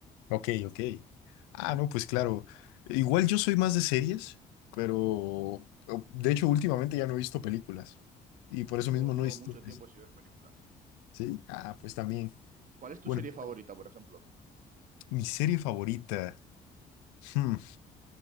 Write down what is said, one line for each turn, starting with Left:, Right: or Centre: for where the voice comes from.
Left: Ok, ok. Ah, no, pues claro. Igual yo soy más de series, pero eh, de hecho últimamente ya no he visto películas y por eso
Right: Yo
Left: mismo
Right: llevo
Left: no he visto.
Right: mucho tiempo sin ver películas.
Left: ¿Sí? Ah, pues también.
Right: ¿Cuál es tu
Left: Bueno,
Right: serie favorita, por ejemplo?
Left: mi serie favorita. hmm,